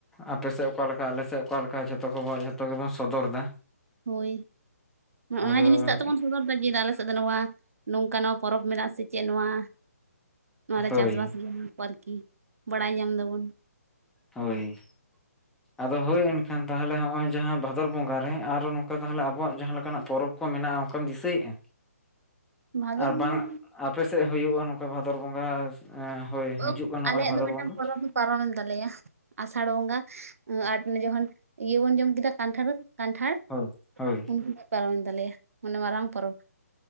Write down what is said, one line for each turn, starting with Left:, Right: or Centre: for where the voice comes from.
Centre: ᱟᱯᱮᱥᱮᱫ ᱚᱠᱟᱞᱮᱠᱟ ᱟᱞᱮᱥᱮᱫ ᱚᱠᱟᱞᱮᱠᱟ ᱡᱷᱚᱛᱚ ᱠᱚ ᱡᱷᱚᱛᱚ ᱜᱮᱵᱚᱱ ᱥᱚᱫᱚᱨ ᱮᱫᱟ
Right: ᱦᱳᱭ ᱚᱱᱟ
Centre: ᱟᱫᱚ
Right: ᱡᱤᱱᱤᱥ ᱴᱟᱜ ᱛᱮᱵᱚᱱ ᱥᱚᱫᱚᱨ ᱮᱫᱟ ᱡᱮ ᱟᱞᱮᱥᱮᱫ ᱫᱚ ᱱᱚᱣᱟ ᱱᱚᱝᱠᱟᱱᱟᱜ ᱯᱚᱨᱚᱵᱽ ᱢᱮᱱᱟᱜ ᱥᱮ ᱪᱮᱫ ᱱᱚᱣᱟ ᱱᱚᱣᱟᱞᱮ
Centre: ᱦᱳᱭ
Right: ᱪᱟᱥᱵᱟᱥ ᱜᱮᱭᱟ ᱟᱨ ᱠᱤ ᱵᱟᱲᱟᱭ ᱧᱟᱢ ᱫᱟᱵᱚᱱ
Centre: ᱦᱳᱭ ᱟᱫᱚ ᱦᱳᱭ ᱮᱱᱠᱷᱟᱱ ᱛᱟᱦᱚᱞᱮ ᱱᱚᱜᱼᱚᱭ ᱡᱟᱦᱟᱸ ᱵᱷᱟᱫᱚᱨ ᱵᱚᱸᱜᱟ ᱨᱮ ᱟᱨᱚ ᱱᱚᱝᱠᱟ ᱛᱟᱦᱚᱞᱮ ᱟᱵᱚᱣᱟᱜ ᱡᱟᱦᱟᱸ ᱞᱮᱠᱟᱱᱟᱜ ᱯᱚᱨᱚᱵᱽ ᱠᱚ ᱢᱮᱱᱟᱜᱼᱟ ᱚᱱᱠᱟᱢ ᱫᱤᱥᱟᱹᱭᱮᱼᱟ?
Right: ᱵᱷᱟᱫᱚᱨ
Centre: ᱟᱨ
Right: ᱵᱚᱸᱜᱟ
Centre: ᱵᱟᱝ ᱟᱯᱮ ᱥᱮᱫ ᱦᱩᱭᱩᱜᱼᱟ ᱱᱚᱝᱠᱟ ᱵᱷᱟᱫᱚᱨ ᱵᱚᱸᱜᱟ ᱮ ᱦᱳᱭ
Right: ᱫᱚ
Centre: ᱦᱤᱡᱩᱜ ᱠᱟᱱ ᱱᱚᱜᱼᱚᱭ
Right: ᱟᱞᱮᱭᱟᱜ
Centre: ᱵᱷᱟᱫᱚᱨ
Right: ᱫᱚ ᱢᱤᱫᱴᱟᱝ
Centre: ᱵᱚᱸᱜᱟ
Right: ᱯᱚᱨᱚᱵᱽ ᱫᱚ ᱯᱟᱨᱚᱢᱮᱱ ᱛᱟᱞᱮᱭᱟ ᱟᱥᱟᱲ ᱵᱚᱸᱜᱟ ᱟᱨ ᱡᱚᱠᱷᱚᱱ ᱤᱭᱟᱹ ᱵᱚᱱ ᱡᱚᱢ ᱠᱮᱫᱟ ᱠᱟᱱᱴᱷᱟᱨ ᱠᱟᱱᱴᱷᱟᱲ
Centre: ᱦᱳ ᱦᱳᱭ
Right: ᱩᱱ ᱯᱟᱨᱚᱢᱮᱱ ᱛᱟᱞᱮᱭᱟ ᱚᱱᱮ ᱢᱟᱨᱟᱝ ᱯᱚᱨᱚᱵᱽ᱾